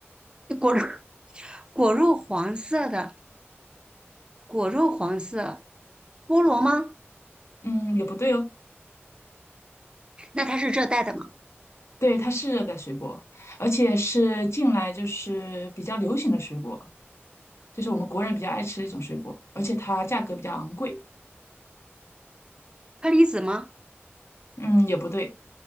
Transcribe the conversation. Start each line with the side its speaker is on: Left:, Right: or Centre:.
Right: 果肉果肉黄色的，果肉黄色，菠萝吗？
Left: 嗯，也不对哦。
Right: 那它是热带的吗？
Left: 对，它是热带水果，而且是近来就是比较流行的水果。这是我们国人比较爱吃的一种水果，而且它价格比较昂贵。
Right: 车梨子吗？
Left: 嗯，也不对，